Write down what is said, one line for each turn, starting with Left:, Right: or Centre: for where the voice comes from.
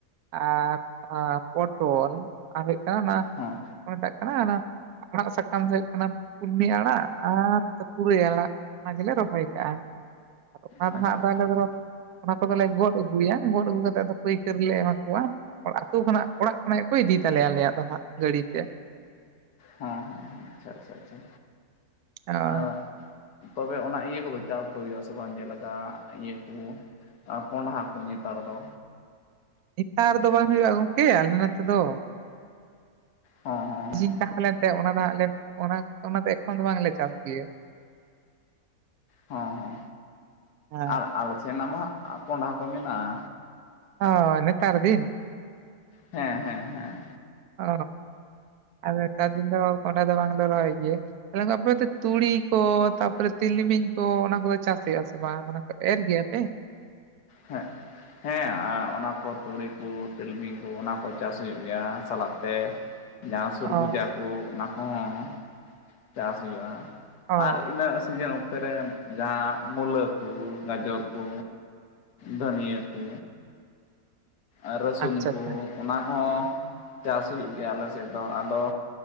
Right: ᱟᱨ ᱯᱚᱴᱚᱞᱼᱼ ᱟᱨ ᱦᱩᱭᱩᱜ ᱠᱟᱱᱟ ᱚᱱᱟ ᱪᱮᱫ
Left: ᱦᱮᱸ
Right: ᱠᱚ ᱢᱮᱛᱟᱜ ᱠᱟᱱᱟ ᱚᱱᱟ ᱟᱜᱼᱼ ᱢᱤᱫᱴᱟᱝ ᱫᱚ ᱦᱩᱭᱩᱜ ᱠᱟᱱᱟ ᱠᱩᱞᱢᱤ ᱟᱲᱟᱜ ᱟᱨ ᱯᱩᱨᱟᱹᱭ ᱟᱲᱟᱜ ᱚᱱᱟ ᱜᱮᱞᱮ ᱨᱚᱦᱚᱭ ᱠᱟᱜᱼᱟ᱾ ᱟᱫᱚ ᱯᱟᱴᱷ
Left: ᱟᱪᱪᱷᱟ
Right: ᱱᱟᱦᱟᱜ
Left: ᱟᱪᱪᱷᱟ
Right: ᱟᱞᱮ
Left: ᱟᱪᱪᱷᱟ
Right: ᱫᱚ <inaudible> ᱚᱱᱟ ᱠᱚᱫᱚᱞᱮ ᱜᱚᱫ ᱟᱹᱜᱩᱭᱟ ᱜᱚᱫ ᱟᱹᱜᱩ ᱠᱟᱛᱮᱫ ᱫᱚ ᱯᱟᱹᱭᱠᱟᱹᱨ ᱞᱮ ᱮᱢᱟ ᱠᱚᱣᱟ᱾ ᱟᱛᱳ ᱠᱷᱚᱱᱟᱜ ᱚᱲᱟᱜ ᱠᱷᱚᱱᱟᱜ ᱜᱮᱠᱚ ᱤᱫᱤ ᱛᱟᱞᱮᱭᱟ ᱟᱞᱮᱭᱟᱜ ᱫᱚ ᱦᱟᱸᱜ ᱜᱟᱹᱰᱤ ᱛᱮᱼᱼ
Left: ᱦᱮᱸ ᱦᱮᱸ ᱦᱮᱸ ᱟᱪᱪᱷᱟ ᱟᱪᱪᱷᱟ ᱟᱪᱪᱷᱟ
Right: ᱟᱨ
Left: ᱟᱼᱼ ᱛᱚᱵᱮ ᱚᱱᱟ ᱤᱭᱟᱹ ᱠᱚᱫᱚ ᱪᱟᱥ ᱠᱚ ᱦᱩᱭᱩᱜ ᱟ ᱥᱮ ᱵᱟᱝ ᱡᱮ ᱞᱮᱠᱟ ᱤᱭᱟᱹ ᱠᱚ᱾ ᱟᱨ ᱠᱳᱱᱰᱟ ᱠᱚ ᱱᱮᱛᱟᱨ ᱫᱚ᱾
Right: ᱱᱮᱛᱟᱨ ᱫᱚ ᱵᱟᱝ ᱦᱩᱭᱩᱜᱼᱟ ᱜᱚᱢᱠᱮ ᱟᱞᱮ ᱱᱚᱛᱮ ᱫᱚ᱾
Left: ᱦᱚᱸ ᱦᱚᱸ ᱦᱚᱸ
Right: ᱤᱱ ᱛᱟᱦᱮᱸ ᱞᱮᱱᱛᱮ ᱚᱱᱟ ᱫᱚ ᱦᱟᱜ ᱞᱮ ᱚᱱᱟ ᱫᱚ ᱮᱠᱷᱚᱱ ᱫᱚ ᱵᱟᱝᱞᱮ ᱪᱟᱥ ᱜᱮᱭᱟ᱾
Left: ᱦᱚ ᱦᱚ
Right: ᱦᱮᱸ
Left: ᱟᱨ ᱟᱞᱮ ᱥᱮᱱᱟᱜ ᱢᱟ ᱠᱚᱸᱰᱷᱟ ᱠᱚ ᱢᱮᱱᱟᱜᱼᱟ᱾
Right: ᱚ ᱱᱮᱛᱟᱨ ᱫᱤᱱ᱾
Left: ᱦᱮᱸ ᱦᱮᱸ ᱦᱮᱸ᱾
Right: ᱚ ᱟᱨ ᱱᱮᱛᱟᱨ ᱫᱤᱱ ᱫᱚ ᱠᱳᱱᱰᱷᱟ ᱫᱚ ᱵᱟᱝᱞᱮ ᱨᱚᱦᱚᱭ ᱜᱮᱭᱟ᱾ ᱛᱟᱦᱞᱮ ᱟᱯᱮ ᱫᱚ ᱛᱩᱲᱤ ᱠᱚ ᱛᱟᱯᱚᱨᱮ ᱛᱤᱞᱢᱤᱧ ᱠᱚ ᱚᱱᱟ ᱠᱚᱫᱚ ᱪᱟᱥ ᱦᱩᱭᱩᱜᱼᱟ ᱥᱮ ᱵᱟᱝ ᱚᱱᱟ ᱠᱚ ᱮᱨ ᱜᱮᱭᱟᱯᱮ?
Left: ᱦᱮᱸ᱾ ᱦᱮᱸ ᱚᱱᱟ ᱠᱚ ᱛᱩᱲᱤ ᱠᱚ ᱛᱤᱞᱢᱤᱧ ᱠᱚ ᱚᱱᱟ ᱠᱚ ᱪᱟᱥ ᱦᱩᱭᱩᱜ ᱜᱮᱭᱟ ᱥᱟᱞᱟᱜ ᱛᱮ᱾ ᱡᱟᱦᱟᱸ ᱥᱩᱨᱜᱩᱡᱟ
Right: ᱚ
Left: ᱠᱚ ᱚᱱᱟ ᱠᱚᱦᱚᱸᱼᱼ ᱪᱟᱥ ᱦᱩᱭᱩᱜᱼᱟ
Right: ᱚ
Left: ᱟᱨ ᱤᱱᱟᱹᱜ ᱥᱤᱡᱮᱱ ᱚᱱᱛᱮ ᱨᱮ ᱡᱟᱦᱟᱸᱼᱼ ᱢᱩᱞᱟᱹ ᱠᱩ ᱜᱟᱡᱚᱨ ᱠᱩ ᱫᱷᱟᱹᱱᱤᱭᱟᱹ ᱠᱩ ᱟᱨ ᱨᱟᱹᱥᱩᱱ
Right: ᱟᱪᱪᱷᱟ
Left: ᱠᱩ
Right: ᱟᱪᱪᱷᱟ
Left: ᱚᱱᱟ ᱦᱚᱸ ᱪᱟᱥ ᱦᱩᱭᱩᱜ ᱜᱮᱭᱟ ᱟᱞᱮ ᱥᱮᱫ ᱫᱚ ᱟᱫᱚᱼᱼ